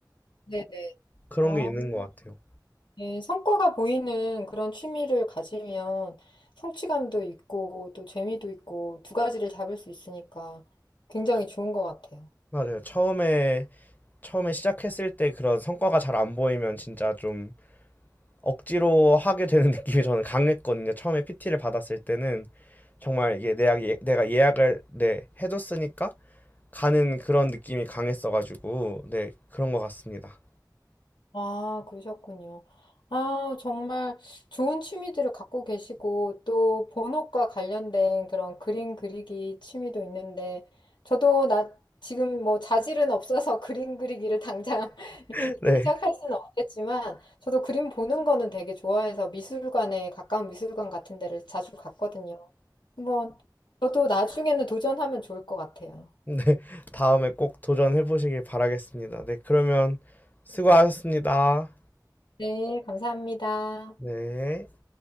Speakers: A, on the left (about 90°); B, on the left (about 25°).
A: 네네.
B: 그런
A: 아,
B: 게 있는 것 같아요.
A: 네. 성과가 보이는 그런 취미를 가지면 성취감도 있고 또 재미도 있고 두 가지를 잡을 수 있으니까 굉장히 좋은 것 같아요.
B: 맞아요. 처음에 처음에 시작했을 때 그런 성과가 잘 안 보이면 진짜 좀 억지로 하게 되는 <laughs> 느낌이 저는 강했거든요. 처음에 PT를 받았을 때는 정말 이게 내가, 예, 내가 예약을 네, 해줬으니까 가는 그런 느낌이 강했어가지고 네 그런 것 같습니다.
A: 아, 그러셨군요. 아, 정말 좋은 취미들을 갖고 계시고, 또 본업과 관련된 그런 그림 그리기 취미도 있는데, 저도 나 지금 뭐 자질은 없어서 <laughs> 그림 그리기를 당장 <laughs> 이렇게
B: <laughs> 네,
A: 시작할 수는 없겠지만, 저도 그림 보는 거는 되게 좋아해서 미술관에 가까운 미술관 같은 데를 자주 갔거든요. 한번 저도 나중에는 도전하면 좋을 것 같아요.
B: 네 다음에 꼭 도전해 보시길 바라겠습니다. 네 그러면 수고하셨습니다.
A: 네, 감사합니다.
B: 네.